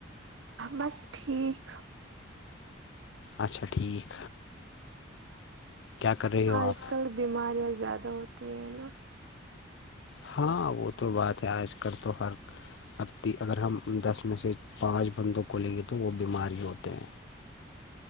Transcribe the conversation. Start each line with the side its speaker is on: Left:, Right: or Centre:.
Right: بس ٹھیک
Left: اچھا ٹھیک کیا کر رہی ہو
Right: آج
Left: آپ
Right: کل بیماریاں زیادہ ہوتی ہیں نا
Left: ہاں وہ تو بات ہے آج کل تو ہر ہتی اگر ہم دس میں سے پانچ بندوں کو لیں گے تو وہ بیمار ہی ہوتے ہیں